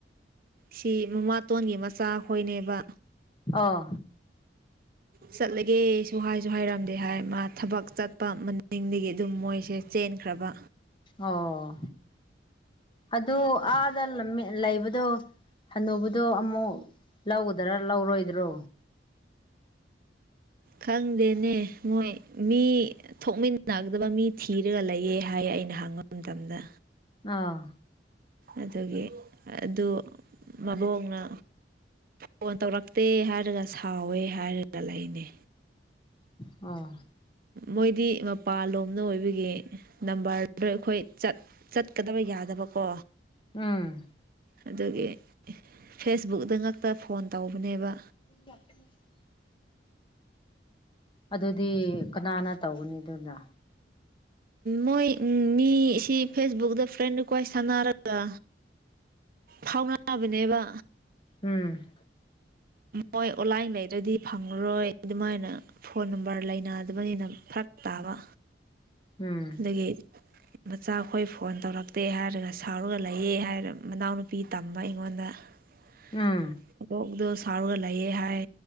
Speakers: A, on the right; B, on the left.
A: ꯁꯤ ꯃꯃꯥ ꯇꯣꯟꯒꯤ ꯃꯆꯥ ꯈꯣꯏꯅꯦꯕ
B: ꯑꯣ
A: ꯆꯠꯂꯒꯦ ꯁꯨ ꯍꯥꯏꯁꯨ ꯍꯥꯏꯔꯝꯗꯦ ꯍꯥꯏ ꯃꯥ ꯊꯕꯛ ꯆꯠꯄ ꯃꯅꯤꯡꯗꯒꯤ ꯑꯗꯨꯝ ꯃꯣꯏꯁꯦ ꯆꯦꯟꯈ꯭ꯔꯕ
B: ꯑꯣ ꯑꯗꯨ ꯑꯥꯗ ꯂꯝꯃꯦ ꯂꯩꯕꯗꯣ ꯍꯅꯨꯕꯗꯣ ꯑꯃꯨꯛ ꯂꯧꯒꯗ꯭ꯔꯥ ꯂꯧꯔꯣꯏꯗ꯭ꯔꯣ꯫
A: ꯈꯪꯗꯦꯅꯦ ꯃꯣꯏ ꯃꯤ ꯊꯣꯛꯃꯤꯟꯅꯒꯗꯕ ꯃꯤ ꯊꯤꯔꯒ ꯂꯩꯌꯦ ꯍꯥꯏ ꯑꯩꯅ ꯍꯪꯕ ꯃꯇꯝꯗ꯫
B: ꯑꯥ
A: ꯑꯗꯨꯗꯒꯤ ꯑꯗꯨ ꯃꯕꯣꯡꯅ ꯐꯣꯟ ꯇꯧꯔꯛꯇꯦ ꯍꯥꯏꯔꯒ ꯁꯥꯎꯋꯦ ꯍꯥꯏꯔꯒ ꯂꯩꯅꯦ꯫
B: ꯑꯥ
A: ꯃꯣꯏꯗꯤ ꯃꯄꯥꯟꯂꯣꯝꯅ ꯑꯣꯏꯕꯒꯤ ꯅꯝꯕꯔꯗ ꯑꯩꯈꯣꯏ ꯆꯠ ꯆꯠꯀꯗꯕ ꯌꯥꯗꯕꯀꯣ꯫
B: ꯎꯝ
A: ꯑꯗꯨꯒꯤ ꯐꯦꯁꯕꯨꯛꯇ ꯉꯥꯛꯇ ꯐꯣꯟ ꯇꯧꯕꯅꯦꯕ
B: <unintelligible> ꯑꯗꯨꯗꯤ ꯀꯅꯥꯅ ꯇꯧꯒꯅꯤ ꯑꯗꯨꯅ
A: ꯃꯣꯏ ꯎꯝ ꯃꯤ ꯁꯤ ꯐꯦꯁꯕꯨꯛꯗ ꯐ꯭ꯔꯦꯟ ꯀ꯭ꯋꯦꯁ ꯊꯥꯟꯅꯔꯒ ꯐꯥꯎꯅꯕꯅꯦꯕ꯫
B: ꯎꯝ꯫
A: ꯃꯣꯏ ꯑꯣꯟꯂꯥꯏꯟ ꯂꯩꯇ꯭ꯥꯔꯗꯤ ꯐꯪꯉꯔꯣꯏ ꯑꯗꯨꯃꯥꯏꯅ ꯐꯣꯟ ꯅꯝꯕꯔ ꯂꯩꯅꯗꯕꯅꯤꯅ ꯐꯔꯛ ꯇꯥꯕ꯫
B: ꯎꯝ
A: <unintelligible> ꯃꯆꯥꯈꯣꯏ ꯐꯣꯟ ꯇꯧꯔꯛꯇꯦ ꯍꯥꯏꯔꯒ ꯁꯥꯎꯔꯒ ꯂꯩꯌꯦ ꯍꯥꯏꯔ ꯃꯅꯥꯎꯅꯨꯄꯤ ꯇꯝꯕ ꯑꯩꯉꯣꯟꯗ꯫ <unintelligible>
B: ꯎꯝ
A: ꯁꯥꯎꯔꯒ ꯂꯩꯌꯦ ꯍꯥꯏ